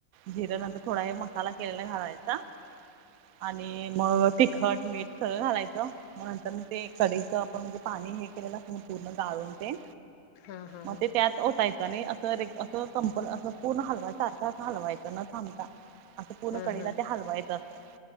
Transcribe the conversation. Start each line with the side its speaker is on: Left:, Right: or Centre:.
Right: झिरे नंतर थोडा हे मसाला केलेला घालायचा. आणि मग तिखट मीठ, सगळं घालायचं. मग नंतर, ते कडीचं आपण म्हणजे पाणी हे केलेलं अस, पूर्ण गाळून ते.
Left: हा हा
Right: मग ते त्यात वत्याच आणि, असं रे असं कंपल असं, पूर्ण हलवाय सारखं असं, हलवायचं न थांबता असं पूर्ण
Left: हा
Right: कडीला
Left: हा
Right: ते हलवायचं असतं.